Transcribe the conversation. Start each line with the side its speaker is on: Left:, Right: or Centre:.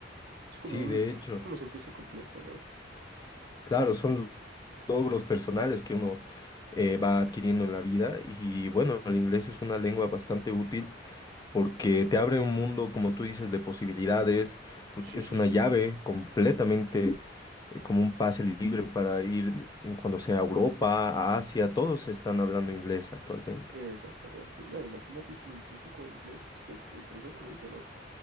Right: Es como
Left: Sí,
Right: un,
Left: de hecho.
Right: es como sentirse completo, ¿no?
Left: Claro, son logros personales que uno eh, va adquiriendo en la vida. Y bueno, el inglés es una lengua bastante útil porque te abre un mundo, como tú dices, de posibilidades. Put-
Right: Sí,
Left: Es
Right: sí,
Left: una
Right: sí.
Left: llave completamente eh, como un pase libre para ir en cuando sea a Europa, a Asia. Todos están hablando inglés actualmente.
Right: Exactamente. Nada, imagínate que incluso con el inglés, es que el profesor no lo dice, ¿no?